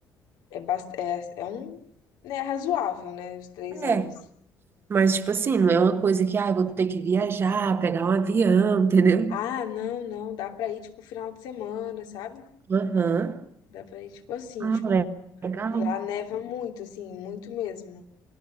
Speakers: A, on the left (about 85°); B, on the right (about 35°).
A: É, bast é, é um, né, razoável, né, as três horas.
B: É, mas tipo assim, não é uma coisa que, ah, eu vou ter que viajar, pegar um avião, <laughs> entendeu?
A: Ah, não, não, dá pra ir, tipo, final de semana, sabe?
B: Aham.
A: Dá pra ir, tipo, assim,
B: Ah,
A: tipo,
B: le- legal.
A: e lá neva muito, assim, muito mesmo.